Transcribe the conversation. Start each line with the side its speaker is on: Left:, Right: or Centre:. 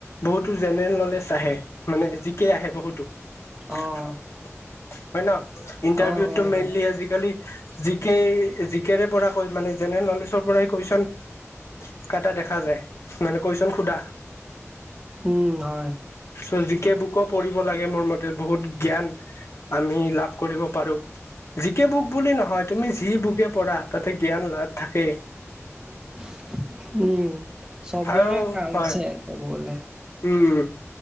Left: বহুতো জেনেৰেল নলেজ আহে মানে জিকে আহে বহুতো হয়
Right: অঁ
Left: ন? ইন্টাৰভিউতটো
Right: অঁ হয় হয়
Left: মেইনলি আজিকালি জি কে জি কেৰেউইআ পৰা কৈ মানে জেনেৰেল নলেজৰ পৰাই কুৱেশন কাটা দেখা যায় মানে কুৱেশন সোধা
Right: উম, হয়
Left: চজিকীয়া বুক পঢ়ি <unintelligible> লাগে মোৰ মতে বহুত জ্ঞান আমি লাভ কৰিব বাৰু জি কে বুক বুলি নহয় তুমি যি বুকে পঢ়া তাতে জ্ঞান লাভ থাকে।
Right: <inaudible> উম চবৰে
Left: আৰু
Right: কাম
Left: হয়
Right: আছে ক'ব গ'লে।
Left: উম